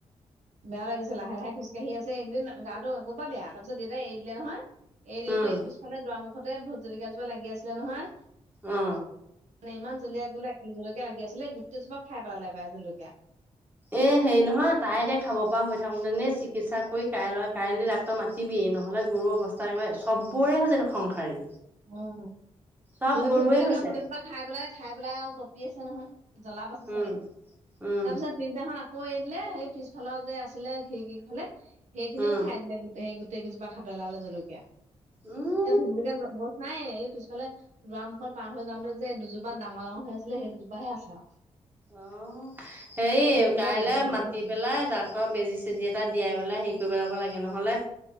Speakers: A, on the right; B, on the right.
A: বেয়া লাগিছে লাহে লাহে খোজকাঢ়ি আছে একদিন গাটো আগ পা বেয়া তাপিছত দেউতাই এৰি দিলে নহয়। এই দিওঁতে
B: উম
A: এই পিছফালে দুৱাৰমুখতে ভোট জলকিয়া জোপা লাগি আছিলে নহয়।
B: অ।
A: মানে ইমান জলকীয়া গলে জলকীয়া লাগি আছিলে গোটেইজোপা খাই পেলালে পাই জলকীয়া।
B: এ হেৰি নহয় তাই এতিয়া খাব হৈ থাকোঁতে নে চিকিৎসা কৰি কাইলৈ কাইলৈ ডাক্তৰ মাতিবিয়ে নহ'লে গৰুৰ অৱস সচাকেবাই চবৰে হৈছে এইটো সংসাৰী
A: উম
B: চব গৰুৱে
A: ভূটজলিকাও
B: হৈছে
A: গোটেই হোপা খাই পেলাই খাই পেলাই আৰু গঁপি আছে নহয় জ্বলা পাছে চাগে
B: উম উম
A: তাপিছত পিছদিনাখন আকৌ এৰি দিলে সেই পিছফালৰ যে আছিলে খিৰিকি ফালে সেই খিনিও
B: উম
A: খাই দিলে সেই গোটেই গোট- তেই কেজোপা খাই পেলালে জলকীয়া।
B: উম।
A: এ ভুজলকীয়া গছ গছ নাইয়ে এই পিছফালে দুৱা মুখত পাৰ হৈ যাওঁতে যে দুজোপাত ডাঙৰ ডাঙৰ হৈ আছিলে সেই দুজোপাহে আছে আও
B: অ হেৰি
A: চুপাই
B: কাইলে
A: জলকীয়া চলকীয়া
B: মাতি
A: খালে
B: পেলাই ডাক বেজি চেজি এটা দিয়াই পেলাই হেৰি কৰি পেলাব লাগে নহ'লে